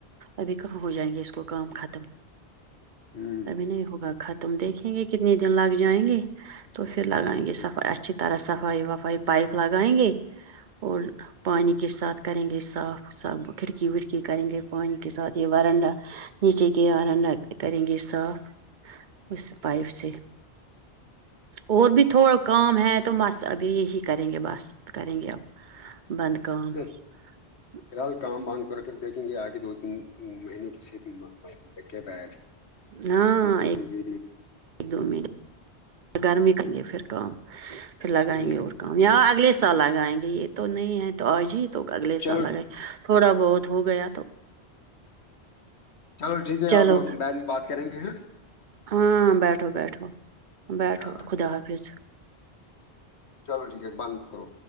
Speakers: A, on the right; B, on the left.
A: ابھی کہاں ہو جائیں گے اس کو کام ختم
B: ھمم
A: ابھی نہیں ہوگا ختم دیکھیں گے کتنے دن لگ جائیں گے تو پھر لگائیں گے
B: ہ
A: سفائی
B: ہ
A: اچھے طرح صفائی وفائی پائپ لگائیں گے اور پانی ک کے ساتھ کریں گے صاف صاف کھڑکی وھڑکی کریں گے پانی کے ساتھ یہ وارانڈا نیچے کے آرن کریں گے صاف اس پائپ سے اور بھی تھوڑا کام ہے تو مس ابھی یہی کریں گے بس کریں گے اب بند کام
B: نہیں
A: <unintelligible>
B: فی الحال کام بند کرو پھر دیکھیں گے آگے دو تین مہینے کی صرف کیب آ تھ ہے
A: ہاں
B: ج ج تی
A: ایک دو مہینے گرمی کریں گے پھر کام پھر لگائیں
B: ہ
A: گے اور م یار اگلے سال لگائیں گے یہ تو نہیں ہے تو آج ہی تو اگلے
B: چلو
A: سال لگیں تھوڑا بہت ہو گیا تو
B: چلو ٹھیک ہے
A: چلو
B: آپ بی میں بات کریں گے ہیں
A: ہاں بیٹھو بیٹھو بیٹھو
B: چلو ٹھیک
A: خدا حافظ
B: چلو ٹھیک ہے بند کرو